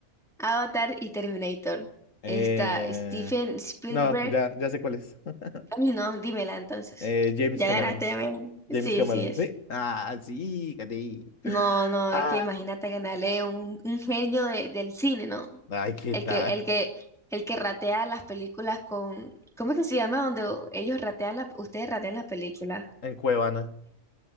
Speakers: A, in the centre; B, on the left (about 65°).
A: Avatar y Terminator?
B: Eh...
A: Está Steven Spielberg.
B: No, ya, ya sé cuál es. <laughs>
A: Ay, no, dímela entonces.
B: Eh, James
A: Ya
B: Cameron.
A: ganaste, ya me gané.
B: James
A: Sí,
B: Cameron,
A: sí es.
B: ¿sí? Ah, sí, Cari.
A: No, no,
B: Ah.
A: es que imagínate ganarle un, un genio de- del cine, ¿no?
B: Ay, ¿qué
A: El
B: tal?
A: que, el que, el que ratea las películas con, ¿cómo es que se llama? Donde ellos ratean la, ustedes ratean las películas.
B: En Cuevana.